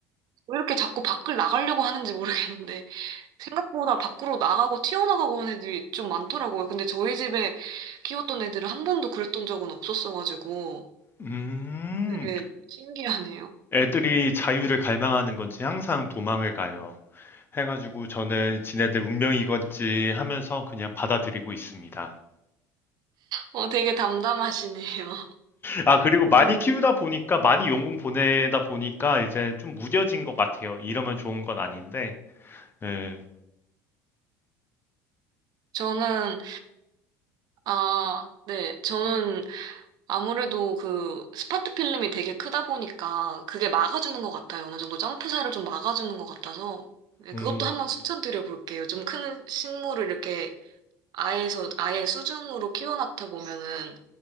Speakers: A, on the right (about 55°); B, on the left (about 25°).
A: 왜 이렇게 자꾸 밖을 나가려고 하는지 모르겠는데, 생각보다 밖으로 나가고 튀어나가고 하는 애들이 좀 많더라고요. 근데 저희 집에 키웠던 애들은 한 번도 그랬던 적은 없었어가지고,
B: 음.
A: 되게 신기하네요.
B: 애들이 자유를 갈망하는 건지 항상 도망을 가요. 해 가지고 저는 '지네들 운명이건지 하면서 그냥 받아들이고 있습니다.
A: 어, 되게 담담하시네요. <laughs>
B: 아, 그리고
A: 저는
B: 많이 키우다 보니까, 많이 용궁 보내다 보니까 이제 좀
A: 음,
B: 무뎌진 것 같아요. 이러면 좋은 건 아닌데, 예.
A: 저는, 아, 네. 저는 아무래도 그 스파트 필름이 되게 크다 보니까 그게 막아주는 것 같아요. 어느 정도 점프사를 좀 막아주는 것 같아서. 네,
B: 음,
A: 그것도 한번 추천드려 볼게요. 좀 큰 식물을 이렇게 아예서, 아예 수중으로 키워놨다 보면은